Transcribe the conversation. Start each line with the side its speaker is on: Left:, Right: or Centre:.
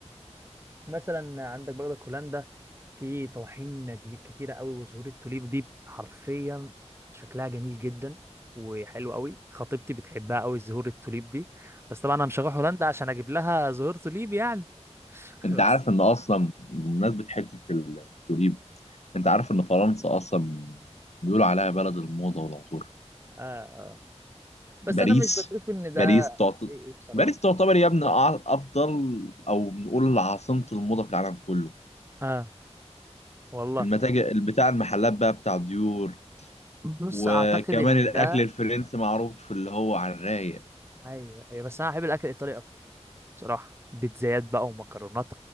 Right: مثلا عندك برضك هولندا في طواحين جديد كتيره قوي وزهور التوليب دي حرفيا شكلها جميل جدا وحلو قوي خطيبتي بتحبها قوي زهور التوليب دي بس طبعا انا مش هروح هولندا عشان اجيب لها زهور توليب يعني <laughs>
Left: انت
Right: بس
Left: عارف ان اصلا بمناسبه حته التوليب انت عارف ان فرنسا اصلا بيقولوا عليها بلد الموضه والعطور
Right: آه آه. بس
Left: باريس
Right: انا مش بشوف ان ده
Left: باريس تعت...
Right: ايه إيه بصراحه
Left: باريس تعتبر يا ابني أع- افضل او نقول عاصمة الموضة في العالم كله
Right: اه والله
Left: المتاجر بتاع المحلات بقى بتاع ديور
Right: بص
Left: وكمان
Right: اعتقد ان
Left: الاكل
Right: ده
Left: الفرنسي معروف اللي هو على الرايق
Right: ايوه ايوه بس انا بحب الاكل الايطالي اكتر بصراحه بيتزايات بقى ومكرونات